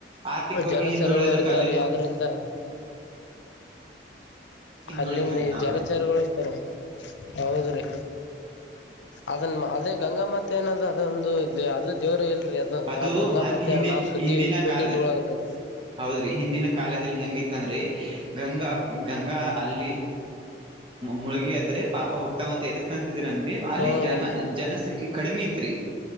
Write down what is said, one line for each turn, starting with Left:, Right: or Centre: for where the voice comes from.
Right: ಆರ್ಥಿಕವಾಗಿ
Left: ಜಲಚರಗಳು
Right: ಹಿಂದುಳೆಯದು
Left: ಇರ್ತಾವ್ರಿ
Right: ಕಲ್ಲಿನ
Left: ಆದ್ರಿಂದ
Right: ಹಿಂದುಳಿತೀವ್ರಿ
Left: ಅಲ್ಲಿಂದ
Right: ನಾವ್
Left: ಜಲಚಾರಗಳು
Right: ಅಲ್ಲಿ
Left: ಇರ್ತಾರ ಹೌದ್ರೀ ಅದನ್ ಅದೇ ಗಂಗಾ ಮತ್ ಏನಂದ್ರ ಅದೊಂದು ಅದು ದೇವರು ಇಲ್ ಅ
Right: ಅದು
Left: ಆ ಗಂಗಾ ಮತ್ತೆ
Right: ಹಿಂದಿ
Left: ನಾವ್ ಸುದ್ದಿ
Right: ಹಿಂದಿನ
Left: ಸುದ್ದಿ
Right: ಕಾಲ
Left: ಇಟ್ಕೊಳಲ್ರರಿ
Right: ಹೌದ್ರಿ ಹಿಂದಿನ ಕಾಲದಲ್ಲಿ ಹೆಂಗಿತ್ತಂದ್ರಿ ಗಂಗಾ ಗಂಗಾ ಅಲ್ಲಿ ಮುಳಗಿ ಆದ್ರೆ ಪಾಪ ಹೋಗ್ತಾವಂತ ಇದದ ಕ ಅಂದ್ರ ಅಲ್ಲಿ
Left: ಹ್ನ್
Right: ಜನ
Left: ರೀ
Right: ಜನಸಂಖ್ಯೆ ಕಡಿಮೆ ತ್ರಿ